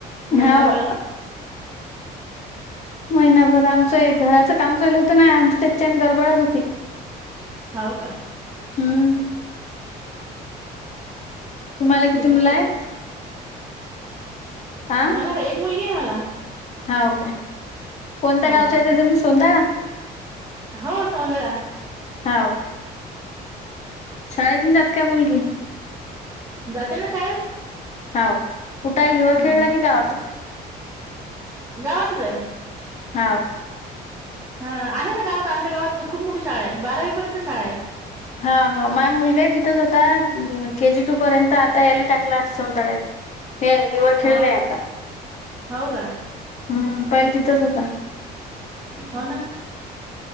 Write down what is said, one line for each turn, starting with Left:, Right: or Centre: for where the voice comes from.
Right: महिनाभर
Left: हाव. महिनाभर. आमचं हे घराचं काम चालूत ना? आमची त्याच्याने गरबडच होती.
Right: हाव का?
Left: हम्म तुम्हाला किती
Right: कुठे
Left: मुल
Right: राहते
Left: आहेत?
Right: सर
Left: आ
Right: मला का एक मुलगी आहे मला.
Left: हाव का? कोणत्या
Right: हो
Left: गावच्या ते तुम्ही सौदाळा ना?
Right: हो सौंदळा.
Left: हाव. शाळेत नाही जात काय मुलगी?
Right: जाते ना शाळेत.
Left: हाव. कुठं आहे हिवर
Right: हम्म
Left: खेळला की गावातच आहे?
Right: गावातच आहे.
Left: हाव.
Right: हा आहे ना गावात. आमच्या गावात खूप मोठी शाळा आहे बारावी पर्यंत शाळा आहे.
Left: हा हा माझा मुलगाही तिथंच होता केजी टू पर्यंत. आता याला टाकला सौंदळ्यात. व्हय. हिवर खेळलयता.
Right: हो हो का?
Left: हम्म पहिले तिथंच होता.
Right: हो ना.